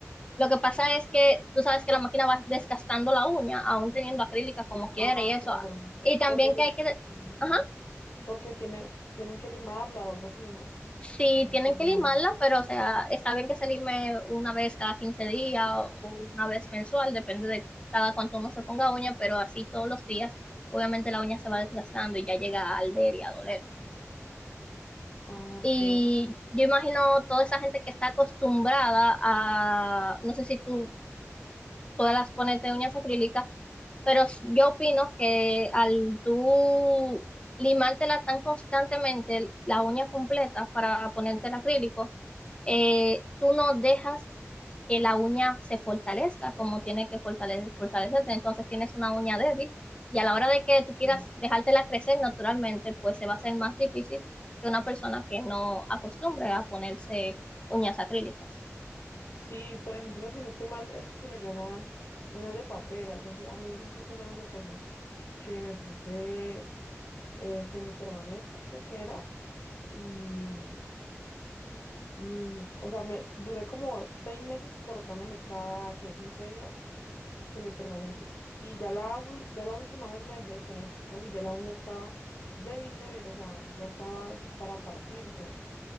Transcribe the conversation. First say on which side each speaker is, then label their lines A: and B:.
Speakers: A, on the left; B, on the left.
A: lo que pasa es que tú sabes que la máquina va desgastando la uña, aún teniendo acrílica como quiere
B: Ah,
A: y eso.
B: claro.
A: Y también
B: Porque,
A: que hay que...
B: ujú.
A: Ajá.
B: Porque tiene, tienen que limarla o algo así, ¿no?
A: Sí,
B: Tiene
A: tienen
B: que estar
A: que
B: limando.
A: limarla, pero o sea, está bien que se lime una vez cada 15 días o o una vez mensual, depende de cada cuánto uno se ponga uña, pero así todos los días, obviamente la uña se va desgastando y ya llega a alder y a doler.
B: Ok,
A: Y yo imagino toda esa gente que está acostumbrada a, no sé si tú todas las pones de uñas acrílicas, pero s- yo opino que al tú limártela tan constantemente la uña completa para ponerte el acrílico, eh, tú no dejas que la uña se fortalezca como tiene que fortalecer, fortalecerse. Entonces tienes una uña débil y a la hora de que tú quieras
B: sí.
A: dejártela crecer naturalmente, pues se va a hacer más difícil que una persona que no acostumbre a ponerse uñas acrílicas.
B: Sí, por ejemplo, si no estoy mal, eso se le llamaban unas de papel, algo así. A mí incluso una vez me pasó que me puse eh, semipermanente, creo que era, y, mm, o sea, me duré como seis meses colocándome cada, que 15 días, semipermanente. Y ya la, ul- ya la última vez me dejé de poner porque, uy, ya la una estaba débil, débil, o sea, ya estaba para partirse.